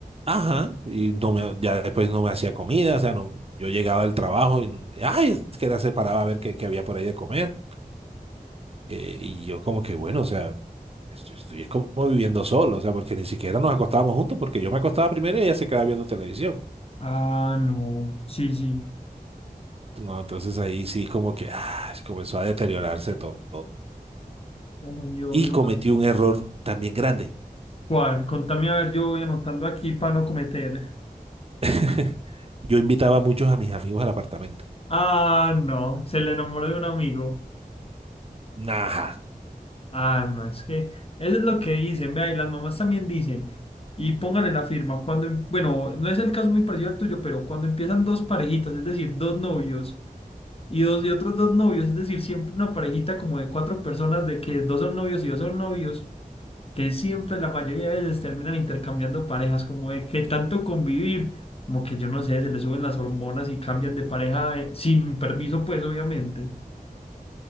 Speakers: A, on the right; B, on the left.
A: ajá, y no me, ya después no me hacía comida, o sea, no, yo llegaba del trabajo y, no- ay, es que era se paraba a ver qué, qué había por ahí de comer. eh, y yo como que, bueno, o sea, estoy, estoy es como viviendo solo, o sea, porque ni siquiera nos acostábamos juntos, porque yo me acostaba primero y ella se quedaba viendo televisión.
B: Ah, no. Sí, sí.
A: No, entonces ahí sí como que ah, comenzó a deteriorarse todo.
B: Obvio,
A: y
B: obvio.
A: cometí un error también grande.
B: ¿Cuál? Contame, a ver, yo voy anotando aquí para no cometer.
A: <laughs> Yo invitaba a muchos a mis amigos al apartamento.
B: Ah, no. Se le enamoró de un amigo.
A: Ajá.
B: Ah, no, es que eso es lo que dicen, vea, y las mamás también dicen, y pónganle la firma, cuando, em- bueno, no es el caso muy parecido al tuyo, pero cuando empiezan dos parejitas, es decir, dos novios, y dos y otros dos novios, es decir, siempre una parejita como de cuatro personas, de que dos son novios y dos son novios, que siempre la mayoría de veces terminan intercambiando parejas, como de que tanto convivir, como que yo no sé, se les suben las hormonas y cambian de pareja eh, sin permiso, pues, obviamente.